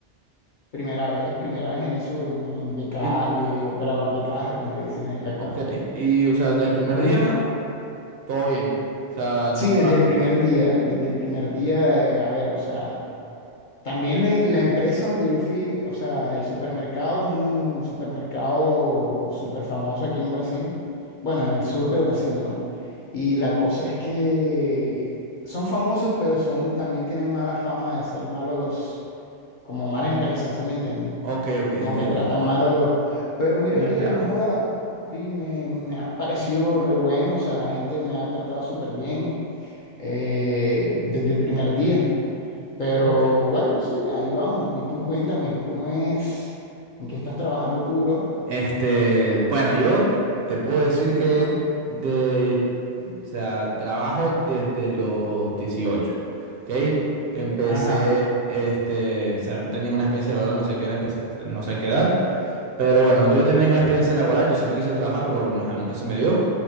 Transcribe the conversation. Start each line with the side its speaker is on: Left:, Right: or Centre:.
Left: primera vez, primera vez en eso en- de, ca-
Right: Y,
Left: de operador de caja, como le dicen eh, acá.
Right: ok, y o sea, desde el primer
Left: Ujú.
Right: día, todo bien. O sea, nunca...
Left: Sí, desde el primer día, desde el primer día, eh, a ver, o sea, También la, la empresa donde yo fui, o sea, el supermercado es un supermercado súper famoso aquí en Brasil, bueno, en el sur de Brasil, ¿no? Y la cosa es que son famosos, pero son, también tienen mala fama de ser malos, como mala empresa, ¿sí me entienden?
Right: Ok, ok,
Left: Como
Right: entiendo.
Left: que tratan mal a los... Pero mire
Right: Los empleados.
Left: que no joda, sí, me, me ha parecido re bueno, o sea, la gente me ha tratado súper bien eh, desde el primer día. Pero
Right: Ok.
Left: bueno, sí, ahí vamos. Y tú cuéntame, ¿cómo es? ¿En qué estás trabajando tú, bro?
Right: Este, bueno, yo te puedo decir que
Left: Ujú.
Right: de, o sea, trabajo desde los 18. ¿ok? Empecé,
Left: Ajá,
Right: este, o sea, no tenía ninguna experiencia laboral, no sé qué era, empecé, a est- no sé qué edad. Pero bueno, yo no tenía ninguna experiencia laboral, yo siempre quise trabajar, pero no, ajá, nunca se me dio.